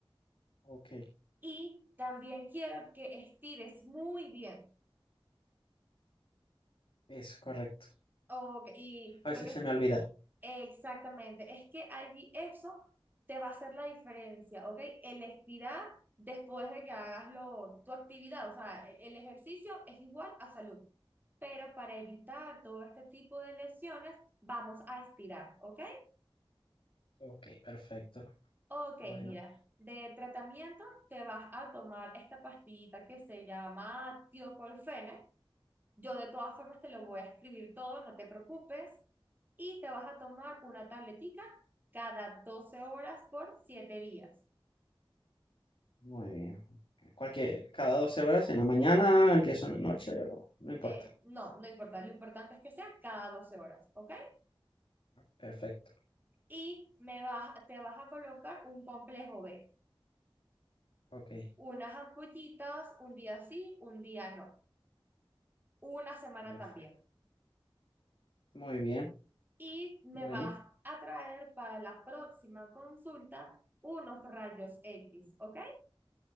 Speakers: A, on the left; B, on the right.
A: ok,
B: Y también quiero que estires muy bien.
A: eso, correcto.
B: Ok, y
A: A
B: porque
A: veces se me olvida.
B: Exactamente, es que allí eso te va a hacer la diferencia, ¿ok? El estirar después de que hagas lo, tu actividad, o sea, el, el ejercicio es igual a salud, pero para evitar todo este tipo de lesiones vamos a estirar, ¿ok?
A: Ok, perfecto.
B: Ok,
A: Bueno,
B: mira, de tratamiento te vas a tomar esta pastillita que se llama tiocolfene, Yo de todas formas te lo voy a escribir todo, no te preocupes. Y te vas a tomar una tabletica cada 12 horas por siete días.
A: muy bien. Cualquier, cada 12 horas en la mañana, empiezo en la noche, o- no importa.
B: Eh, no, no importa, lo importante es que sea cada 12 horas, ¿ok?
A: Perfecto.
B: Y me vas, te vas a colocar un complejo B,
A: Ok,
B: unas ampollitas, un día sí, un día no, una semana
A: perfecto.
B: también.
A: Muy bien.
B: Y me
A: Bueno,
B: vas a traer para la próxima consulta unos rayos X, ¿ok?